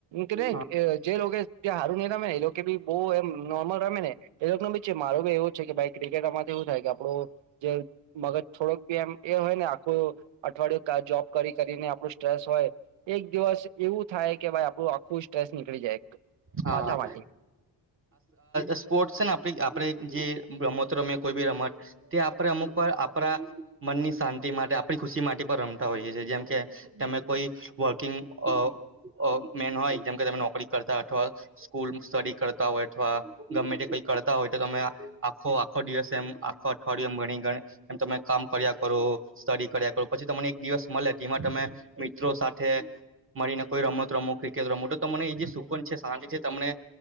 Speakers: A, on the right; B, on the right.
A: કે નહી
B: હા
A: જે લોકો ત્યાં હારું નહ તમે એ લોકો ભી બહ નર્મલ ટમે નને એ ન બી છે મારું બી એવું છે કે ભાઈ ક્રિકેટ આમાંથી એવું થાય કે આપડું જે મગજ થોડક મ એ હોય ને આખું અઠવાડિયું જોબ કરી કરીને આપણું સ્ટ્રેસ હોય એક દિવસ એવું થાય કે ભાઈ આપણું આખું સ્ટ્રેસ નીકળી જાય
B: હા
A: માથામાંથી
B: સ્પોર્ટ છે ને આપ આપણે જે રમતો રમે કોઈ બી રમત તે આપણે અમુક પર આપણા મનની શાંતિ માટે આપણી ખુશી માટે પણ રમતા હોઈએ છીએ જેમ કે તમે કોઈ વર્કિંગ અ અ મેન હોય જેમકે તમે નોકરી કરતા અથવા સ્કૂલ સ્ટડી કરતા હોય અથવા ગમે તે કઈ કરતા હોય તો તમે આખો આખો દિવસ એમ આખો અઠવાડિમ ભણી ગ એમ તમે કામ કર્યા કરો સ્ટડી કર્યા કરો પછી તમને એક દિવસ મળે તેમાં તમે મિત્રો સાથે મળીને કોઈ રમત રમો ક્રિકેટ રમો તો તમને એજ શું છે શાંતિ છે તમને